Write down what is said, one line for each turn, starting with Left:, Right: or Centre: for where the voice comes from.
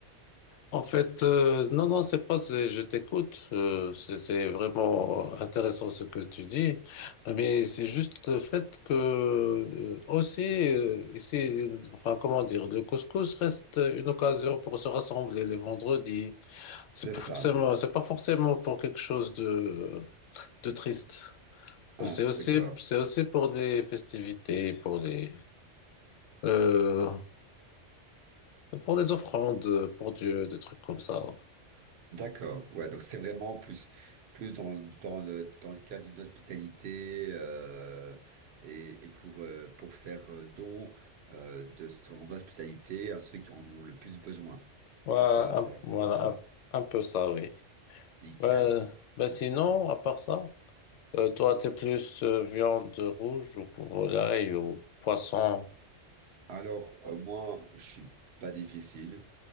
Left: En fait, euh, non, non, c'est pas, c'est, je t'écoute. euh, c'est c'est vraiment intéressant ce que tu dis, mais c'est juste le fait que euh, aussi, euh, ici, enfin, comment dire, le couscous reste une occasion pour se rassembler les vendredis. C'est
Right: C'est
Left: pas
Right: ça.
Left: forcément, c'est pas forcément pour quelque chose de de triste.
Right: Ah,
Left: C'est aussi,
Right: d'accord.
Left: c'est aussi pour des festivités, pour des Euh, pour des offrandes pour Dieu, des trucs comme ça.
Right: D'accord. Ouais, donc c'est vraiment plus plus dans, dans le dans le cadre d'une hospitalité euh, et, et pour euh, pour faire euh, don euh, de son hospitalité à ceux qui en ont le plus besoin.
Left: Ouais,
Right: C'est
Left: un-
Right: ça, c'est vraiment
Left: voilà,
Right: ça.
Left: un, un peu ça, oui.
Right: Nickel.
Left: Ouais, ben sinon, à part ça, euh, toi, t'es plus euh, viande rouge ou pour volaille ou poisson.
Right: Alors, euh, moi, je suis pas difficile.